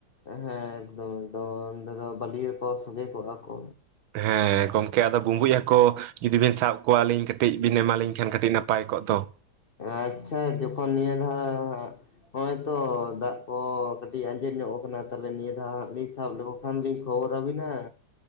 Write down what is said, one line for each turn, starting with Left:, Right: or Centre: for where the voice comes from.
Left: ᱦᱮᱸ ᱮᱠᱫᱚᱢ ᱮᱠᱫᱚᱢ ᱚᱸᱰᱮ ᱫᱚ ᱵᱟᱹᱞᱤ ᱨᱮᱠᱚ ᱥᱚᱜᱮ ᱠᱚᱜᱼᱟ ᱠᱚ
Right: ᱦᱮᱸ ᱜᱚᱝᱠᱮ ᱟᱫᱚ ᱵᱩᱢᱵᱩᱡᱽ ᱦᱟᱹᱠᱩ ᱡᱩᱫᱤ ᱵᱤᱱ ᱥᱟᱵᱽ ᱠᱚᱣᱟᱞᱤᱧ ᱠᱟᱹᱴᱤᱡᱽ ᱵᱤᱱ ᱮᱢᱟᱞᱤᱧ ᱠᱷᱟᱱ ᱠᱟᱹᱴᱤᱡᱽ ᱱᱟᱯᱟᱭ ᱠᱚᱜ ᱫᱚ
Left: ᱟᱪᱪᱷᱟ ᱡᱚᱠᱷᱚᱱ ᱱᱤᱭᱟᱹ ᱫᱷᱚᱣ ᱦᱚᱭᱛᱚ ᱫᱟᱜᱽ ᱠᱚ ᱠᱟᱹᱴᱤᱡᱽ ᱟᱸᱡᱮᱫ ᱧᱚᱜ ᱟᱠᱟᱱᱟ ᱛᱟᱦᱚᱞᱮ ᱱᱤᱭᱟᱹ ᱫᱷᱟᱣ ᱦᱟᱸᱜ ᱥᱟᱵᱽ ᱞᱮᱠᱚ ᱛᱚᱠᱷᱚᱱ ᱞᱤᱧ ᱠᱷᱚᱵᱚᱨᱟᱵᱤᱱᱟ᱾